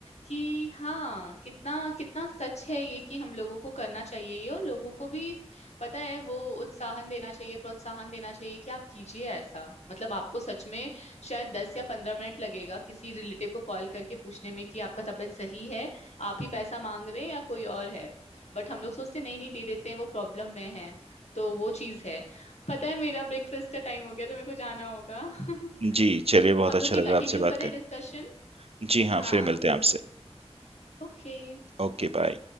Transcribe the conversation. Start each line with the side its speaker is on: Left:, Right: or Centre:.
Left: कि हाँ कितना कितना सच है ये कि हम लोगों को करना चाहिए ये और लोगों को भी पता है वो उत्साहन देना चाहिए प्रोत्साहन देना चाहिए कि आप कीजिए ऐसा मतलब आपको सच में शायद दस या पंद्रह मिनट लगेगा किसी रिलेटिव को कॉल करके पूछने में कि आपका तबीयत सही है आप ही पैसा मांग रहे हैं या कोई और है बट हम लोग सोचते हैं, नहीं नहीं दे देते हैं वो प्रॉब्लम में है तो वो चीज है पता है मेरा ब्रेकफास्ट का टाइम हो गया तो मेरे को जाना होगा <laughs>
Right: जी, चलिए बहुत
Left: हम
Right: अच्छा
Left: लोग ये
Right: लगा
Left: कंटिन्यू
Right: आपसे बात
Left: करें
Right: करके।
Left: डिस्कशन
Right: जी हाँ,
Left: हाँ
Right: फिर मिलते
Left: कुछ
Right: हैं आपसे।
Left: ओके
Right: Okay, bye.